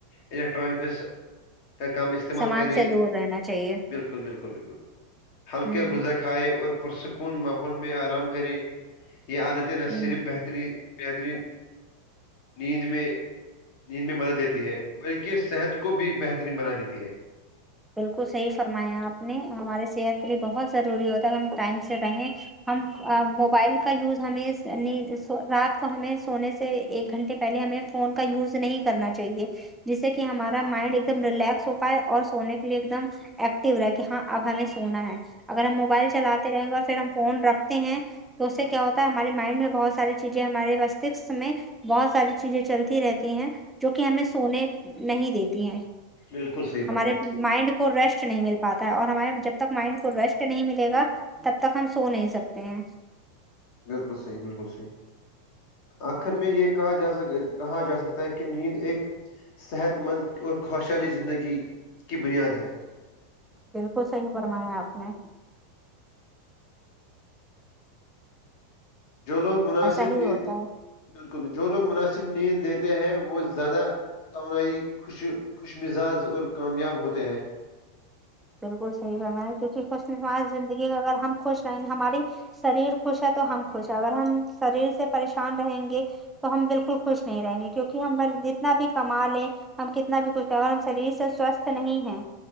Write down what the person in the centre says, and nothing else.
سامان
سے دور رہنا چاہیے
ہوں
ہوں
بالکل صحیح فرمایا آپ نے ہمارے صحت کے لیے بہت ضروری ہوتا ہے ہم ٹائم سے رہیں ہم موبائل کا یوز ہمیں رات کو ہمیں سونے سے ایک گھنٹے پہلے ہمیں فون کا یوز نہیں کرنا چاہیے جس سے کہ ہمارا مائنڈ ایک دم ریلیکس ہو پائے اور سونے کے لیے ایک دم ایکٹو رہا کہ ہاں اب ہمیں سونا ہے اگر ہم موبائل چلاتے رہیں گے اور پھر ہم فون رکھتے ہیں تو اس سے کیا ہوتا ہمارے مائنڈ میں بہت ساری چیزیں ہمارے مستشک میں بہت ساری چیزیں چلتی رہتی ہیں جو کہ ہمیں سونے نہیں دیتی ہیں
ہمارے مائنڈ کو ریسٹ نہیں مل پاتا ہے اور ہمارے جب تک مائنڈ کو ریسٹ نہیں ملے گا تب تک ہم سو نہیں سکتے ہیں
بالکل صحیح فرما ہے آپ نے
ایسا ہی
ہوتا ہے
بالکل صح ہے ہم کیونکہ خوش ہماری زندگی اگر ہم خوش رہیں گے ہماری شریر خوش ہے تو ہم خوش ہیں اگر ہم شریر سے پریشان رہیں گے تو ہم بالکل خوش نہیں رہیں گے کیونکہ ہم جتنا بھی کما لیں ہم کتنا بھی کچھ کر ا ہم شریر سے سوستھ نہیں ہے